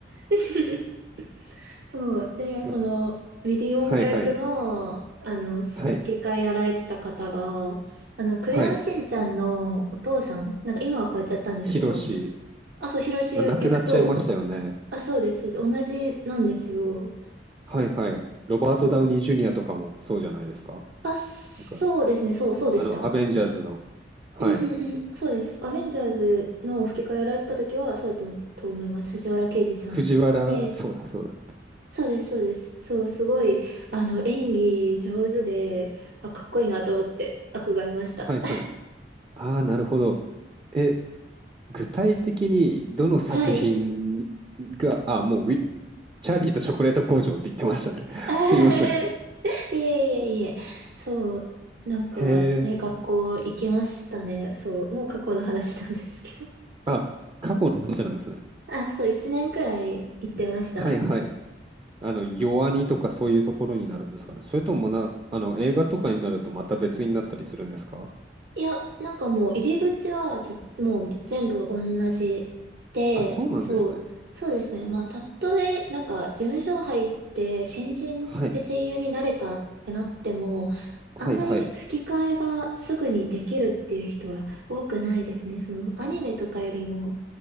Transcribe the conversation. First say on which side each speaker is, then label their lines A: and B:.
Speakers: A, on the right; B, on the right.
A: <laughs> そう。で、
B: そ
A: その、ウィリー・
B: はいはい。
A: ウォンカ役の、あの、吹き替えやられてた方が、
B: はい、
A: あの、クレヨンしんちゃんのお父さん、
B: はい。
A: なんか今は変えちゃったんですけど、
B: ヒロシ、
A: あ、そう、ヒロシ役と、
B: あ亡くなっちゃいましたよね。
A: あ、そうです、そうです、同じなんですよ。
B: はい、はい。ロバート・
A: そう。
B: ダウニー・ジュニアとかもそうじゃないですか。
A: あ、そうですね、
B: なんか
A: そう、そうでした。
B: あの、アベンジャーズの。はい。
A: うんうんうん、そうです。アベンジャーズの吹き替えやられてた時は、そうだったと思います。藤原啓治さん。
B: 藤原、
A: で
B: そうだ、そうだ。
A: そうです、そうです。そう、すごい、あの、演技上手で、あ、かっこいいなと思って憧れました。
B: はい、はい。ああ、なるほど。え、具体的にどの作品が、
A: <laughs> はい。
B: あ、もうウィ、チャーリーとチョコレート工場って言ってましたね。<laughs>
A: <laughs>
B: すいません。
A: いえいえいえ。そう、なんかね、
B: へえ。
A: 学校行きましたね。そう、もう過去の話なんですけど。
B: あ、過去の話なんですね。
A: <laughs> あ、そう、一年くらい行ってました。
B: はい、はい。あの、弱にとかそういうところになるんですかね。それともな、あの、映画とかになるとまた別になったりするんですか
A: いや、なんかもう入り口はず、もう全部同じで、
B: あ、そうなんですね。
A: そう、そうですね。まあ、たとえ、なんか事務所入って新人で声優になれたってなっても、
B: はい。はいはい。
A: あんまり吹き替えがすぐにできるっていう人は多くないですね。そのアニメとかよりも、